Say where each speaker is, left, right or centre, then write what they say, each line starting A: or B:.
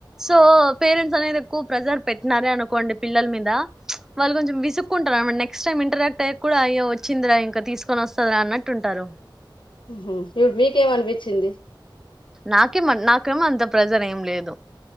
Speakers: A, in the centre; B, on the left.
A: సో పేరెంట్స్ అనేది ఎక్కువ ప్రెజర్ పెట్టినారే అనుకోండి పిల్లల మీద ప్చ్ వాళ్ళు కొంచెం విసుక్కుంట నెక్స్ట్ టైమ్ ఇంటరాక్ట్ అయ్య కూడా అయ్య వచ్చిందిరా ఇంకా తీసుకొని వస్తారా అన్నట్టు ఉంటారు
B: ఉహు ఇప్పుడు మీకేం అనిపించింది
A: నాకేమ నాకేమో అంత ప్రేజర్ ఎం లేదు